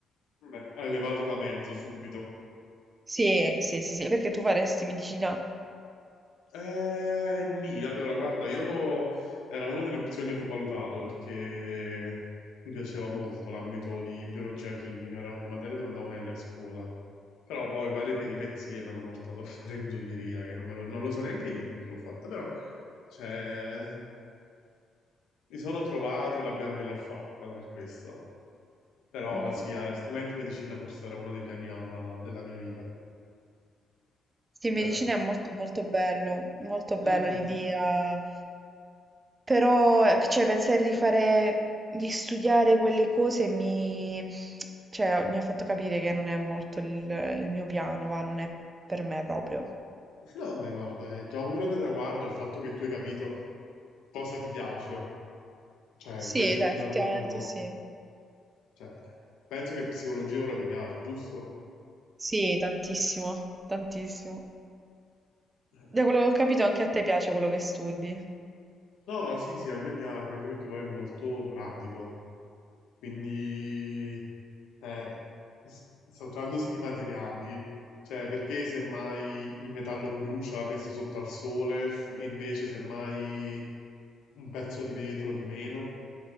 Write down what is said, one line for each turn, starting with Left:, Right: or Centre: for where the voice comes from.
Left: Beh, hai levato da mezzo subito.
Right: Sì, sì, sì, sì, perché tu faresti medicina?
Left: Eh, nì, allora guarda, io lo... era una delle opzioni che ho valutato perché mi piaceva molto l'ambito di biologia chimica, erano le materie dove andavo meglio a scuola. Però poi varie peripezie mi hanno portato a <laughs> fare ingegneria, che non, me lo, non lo so neanche io perché l'ho fatta, però cioè, mi sono trovato e l'abbia- e l'ho fatta per questo. Però
Right: Mm.
Left: sì, altrimenti medicina forse era uno dei piani A da- della mia vita,
Right: Sì, medicina
Left: però.
Right: è molto molto bello, molto bella
Left: Mhm.
Right: l'idea, però eh, cioè, pensare di fare, di studiare quelle cose mi, cioè, mi ha fatto capire che non è molto il, il mio piano, va, non è per me proprio.
Left: No, vabbè, guarda, è già un grande traguardo il fatto che tu hai capito cosa ti piace. Cioè,
Right: Sì,
Left: questa
Right: dai,
Left: è già
Right: effettivamente
Left: una grande cosa.
Right: sì.
Left: Cioè, penso che psicologia ora ti piace, giusto?
Right: Sì, tantissimo, tantissimo.
Left: Eh.
Right: Da quello che ho capito anche a te piace quello che studi.
Left: No, sì, sì, a me piace, anche perché poi è molto pratico. Quindi, eh, s- trattandosi di materiali, cioè, perché semmai il metallo brucia messo sotto al sole e invece semmai un pezzo di vetro di meno?